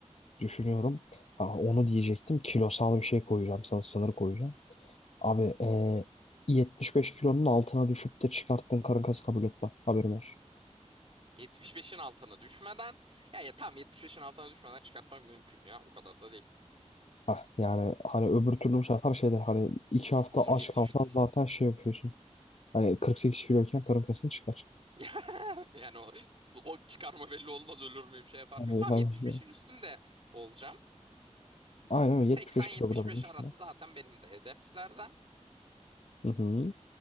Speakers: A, on the left; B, on the right.
A: düşünüyorum. Ha, onu diyecektim. Kilosal bir şey koyacağım sana. Sınır koyacağım. Abi eee, 75 kilonun altına düşüp de çıkarttığın karın kası kabul etmem. Haberin olsun.
B: 75'in altına düşmeden ya, ya tam 75'in altına düşmeden çıkartmak mümkün ya o kadar da değil.
A: Heh, yani hani öbür türlü bu sefer şeyde hani iki hafta
B: Ama
A: aç
B: yetiş.
A: kalsan zaten şey yapıyorsun. Hani 48 kiloyken karın kasın çıkar.
B: <laughs> Yani o, o çıkarma belli olmaz ölür müyüm şey yapar
A: Hani,
B: mıyım? Tamam
A: hani
B: 75'in
A: işte,
B: üstünde olacağım.
A: aynen öyle
B: 80-75
A: 75 kilogramın üstünde.
B: arası zaten benim de hedeflerden.
A: Hı hı.